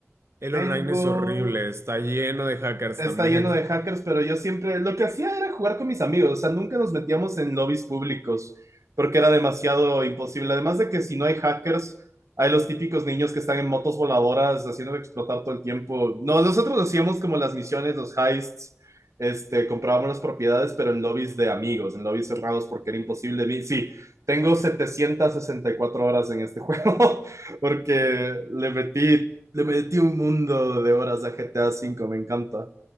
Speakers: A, on the right (about 65°); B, on the right (about 85°).
A: El
B: Tengo
A: online es horrible, está lleno de hackers
B: Está
A: también.
B: lleno de
A: <laughs>
B: hackers, pero yo siempre lo que hacía era jugar con mis amigos, o sea, nunca nos metíamos en lobbies públicos porque era demasiado imposible. Además de que si no hay hackers, hay los típicos niños que están en motos voladoras haciendo explotar todo el tiempo. No, nosotros hacíamos como las misiones, los heists, este, comprábamos las propiedades, pero en lobbies de amigos, en lobbies cerrados porque era imposible. Vi- Sí, tengo 764 horas en este <laughs> juego porque le metí, le metí un mundo de horas a GTA cinco. me encanta.